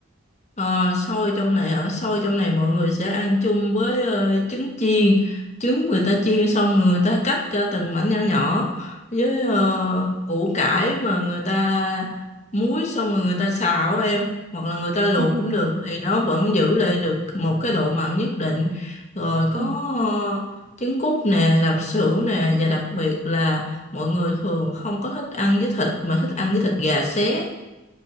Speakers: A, on the left; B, on the right.
A: Ờ, xôi trong này hả? Xôi trong này mọi người sẽ ăn chung với ờ, trứng chiên. Trứng người ta chiên xong người ta cắt ra từng mảnh nhỏ nhỏ với ờ,
B: Ồ.
A: củ cải mà người ta muối xong rồi người ta xào em hoặc là người ta luộc
B: Ừ ừ
A: cũng
B: ừ.
A: được thì nó vẫn giữ lại được một cái độ mặn nhất định. Rồi có
B: ừ.
A: ờ, trứng cút nè, lạp xưởng nè và đặc biệt là mọi người thường không có thích ăn với thịt mà thích ăn với thịt gà xé.